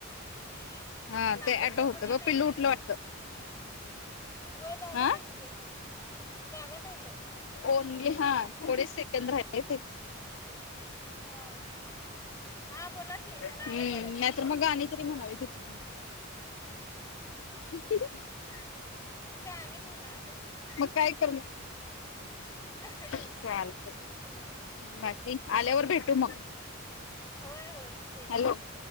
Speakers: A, on the left; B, on the left.
A: हम्म
B: हा
A: थांबून
B: ते ऍटो
A: थांबून
B: होत
A: यायलाय
B: बघ पिल्लू
A: आवाज.
B: उठलं वाटतं.
A: होय जागाच
B: हा
A: आहे की ते, जागाच आहे तो.
B: बोलणी हां थोडेच सेकंद राहिलेत.
A: हां हां बोला की
B: हम्म
A: मला आवाज आला तुमचा
B: नाहीतर मग गाणी तरी म्हणावी तिथ. <inaudible>
A: गाणी म्हणा.
B: मग काय कर मग
A: <inaudible>
B: चालत बाकी
A: नाही
B: आल्यावर भेटू मग.
A: होय होय. भेटू
B: हॅलो
A: की